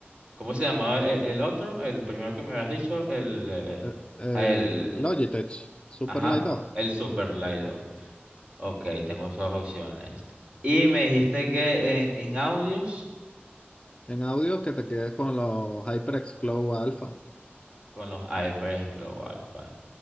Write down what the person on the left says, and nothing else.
El, el
Logitech Superlight
dos
en audio que te quedes con los HyperX Glow Alpha,